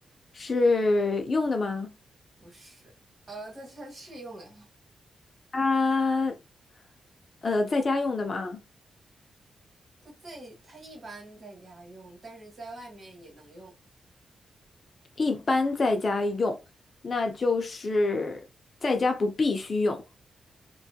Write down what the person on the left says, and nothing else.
是用的吗？
它，呃，在家用的吗？
一般在家用，那就是在家不必须用，